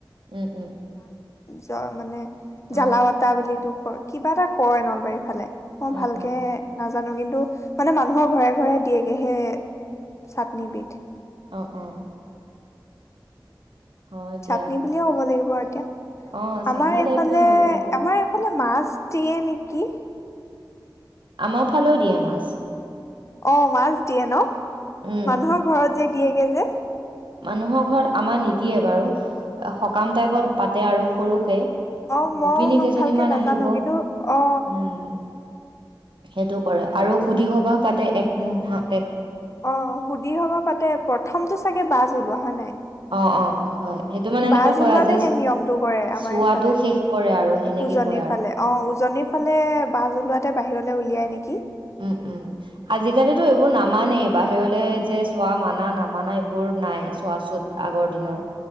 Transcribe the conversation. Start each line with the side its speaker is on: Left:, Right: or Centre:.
Right: উম, উম।
Left: যা-মানে
Right: অ
Left: জ্বালাৱতা বুলিতো কয়, কিবা এটা। কয় নলবাৰীৰ ফালে। মই
Right: অ
Left: ভালকে
Right: অ
Left: নাজা জানো কিন্তু, মানে মানুহৰ ঘৰে-ঘৰে দিয়েগে সেই চাটনিবিধ।
Right: অ', অ'। হয়
Left: চাটনি
Right: দিয়া
Left: বুলিয়ে ক'ব লাগিব আৰু। এতিয়া।
Right: অ', চাটনি
Left: আমাৰ এইফালে,
Right: টাইপে হয় অলপ অলপ,
Left: আমাৰ এইফালে মাছ। দিয়ে নেকি?
Right: আমাৰ ফালেও দিয়ে মাছ।
Left: অ মাছ দিয়ে ন?
Right: উম,
Left: মানুহৰ ঘৰত। যে দিয়েগে যে।
Right: মানুহৰ ঘৰত আমাৰ নিদিয়ে বাৰু সকাম টাইপত পাতে আৰু সৰুকে।
Left: অ মই,
Right: গোপিনী
Left: মই
Right: কেইজনীমান
Left: ভালকে নাজানো
Right: আহিব।
Left: কিন্তু অ।
Right: উম, সেইটো কৰে আৰু সুধি সবাহ পাতে একমুহা।
Left: অ সুধি সবাহ পাতে প্ৰথমতটো চাগে বাছ ওলোৱা হয় নাই।
Right: অ অ হয় সেইটো মানে এনেকুৱা
Left: বাছ
Right: কয়
Left: ওলোৱাতে
Right: আৰু যে
Left: সেই নিয়মটো কৰে আমাৰ
Right: চোৱাতো
Left: এইফালে
Right: শেষ কৰে আৰু সেনেকেই
Left: উজনিৰ
Right: কয় আৰু।
Left: ফালে অ উজনিৰ ফালে বাছ ওলোৱাতে বাহিৰলৈ উলিয়াই নেকি।
Right: উম উম আজিকালিতো এইবোৰ নামানেই বাহিৰলে যে চোৱা মানা নামানা এইবোৰ নাই চোৱাচত আগৰ দিনৰ